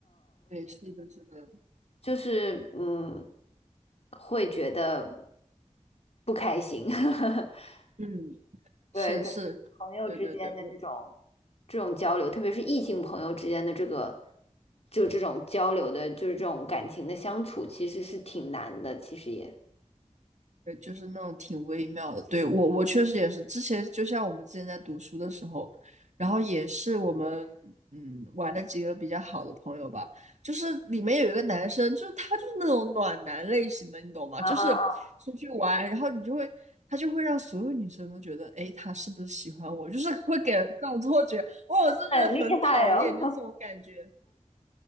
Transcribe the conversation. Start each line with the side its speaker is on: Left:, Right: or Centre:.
Right: 对，是的，是的，
Left: 就是嗯，会觉得不开心。<laughs>
Right: 嗯，
Left: 对，
Right: 是是，
Left: 所以朋友之间的这种。
Right: 对对对，我
Left: 这种交流，特别是异性朋友之间的这个，就这种交流的，就是这种感情的相处，其实是挺难的，其实也
Right: 对，就是那种挺微妙的。对，我，我确实也是，之前就像我们之前在读书的时候，然后也是我们嗯玩的几个比较好的朋友吧，就是里面有一个男生，就是他就是那种暖男类型的，你懂吗？
Left: 啊啊啊，
Right: 就是出去玩，然后你就会他就会让所有女生都觉得，哎，他是不是喜欢我？就是会给人这种错觉，哦，我真的觉得很讨厌，
Left: 很厉害哦！
Right: 就这种感觉。